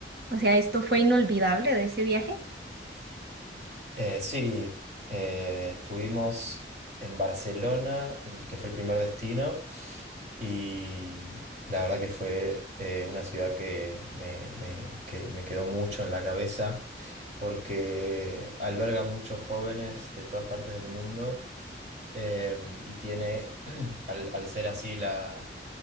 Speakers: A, on the right; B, on the right.
A: o sea, esto fue inolvidable de ese viaje?
B: Eh, sí, eh, estuvimos en Barcelona, el que fue el primer destino, y la verdad que fue eh, una ciudad que me, me- que me quedó mucho en la cabeza porque alberga muchos jóvenes de todas partes del mundo. Em, y tiene, <clears throat> al, al ser así la,